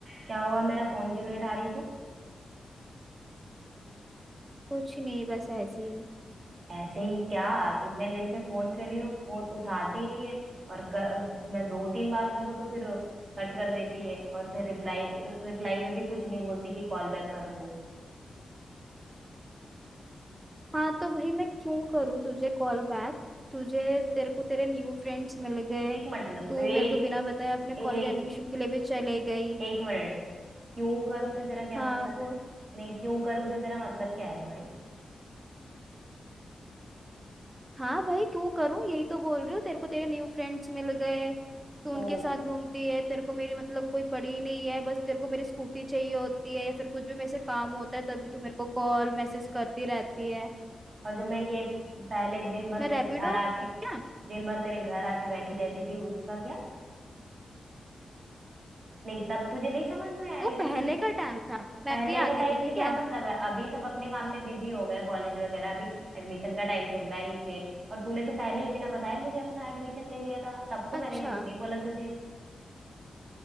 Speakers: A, on the right (about 45°); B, on the right (about 20°).
A: क्या हुआ मेरा फोन क्यों नहीं उठा रही तू
B: कुछ नहीं बस ऐसी
A: ऐसे ही क्या कितने दिन से फोन कर रही हूँ फोन उठाती ही नहीं है और क, मैं दो तीन बार करूँ तो फिर कट कर देती है और फिर रिप्लाई रिप्लाई में भी कुछ नहीं बोलती कि कॉल बैक कर लूँ
B: हाँ तो भाई मैं क्यों करूँ तुझे कॉल बैक तुझे तेरे को तेरे न्यू फ्रेंड्स मिल गए
A: एक मतलब
B: तू
A: वेट
B: मेरे को बिना बताए अपने
A: एक
B: कॉलेज एडमिशन के लिए भी चले गई
A: एक मिनट क्यों करूँ से तेरा क्या
B: हाँ
A: मतलब
B: बोल
A: है नहीं क्यों करूँ से तेरा मतलब क्या है भाई
B: हाँ भाई क्यों करूँ यही तो बोल रही हूँ तेरे को तेरे न्यू फ्रेंड्स मिल गए तू उनके
A: ओ
B: साथ घूमती है तेरे को मेरी मतलब कोई पड़ी ही नहीं है बस तेरे को मेरी स्कूटी चाहिए होती है या फिर कुछ भी मेरे से काम होता है तभी तू मेरे को कॉल मैसेज करती रहती है
A: और जो मैं ये पहले दिन भर
B: मैं
A: तेरे
B: रैपिडो
A: घर
B: में
A: आके
B: थी क्या
A: दिन भर तेरे घर आके बैठी रहती थी उसका क्या नहीं तब तुझे नहीं समझ में आया
B: वो पहले
A: कि
B: का टाइम था मैं
A: पहले
B: भी
A: का
B: आती
A: टाइम
B: थी ठीक
A: से क्या
B: है
A: मतलब है अभी सब अपने काम में बिजी हो गए हैं, कॉलेज वगैरह अभी एडमिशन का टाइम चल रहा है इसलिए और तूने तो पहले ही बिना बताए मुझे अपना एडमिशन ले लिया था तब तो मैंने
B: अच्छा
A: कुछ नहीं बोला तुझे